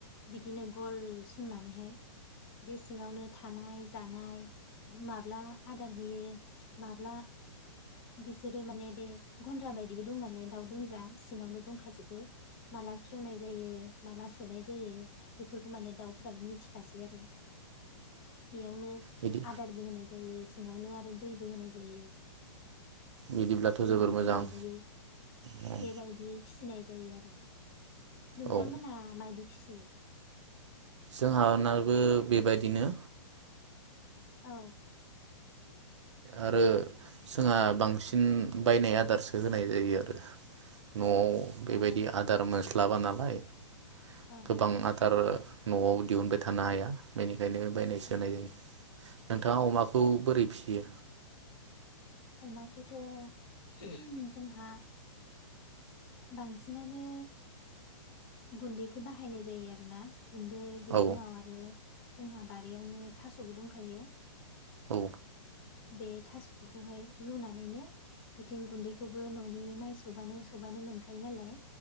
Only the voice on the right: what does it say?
बिदि
बिदिब्लाथ
जोबोर मोजां
औ
औ
जोंहानाबो बेबायदिनो
आरो जोंहा बांसिन बायनाय आदारसो होनाय जायो आरो ओ बेबायदि
आदार मोन म्लाबा नालाय
गोबां आदा आरो नवाव दिहुनबाय थानो हाया बेनि खायनो बायनायसो
होनाय जायो नोंथाङा अमा खौ बोरै फियो
औ
औ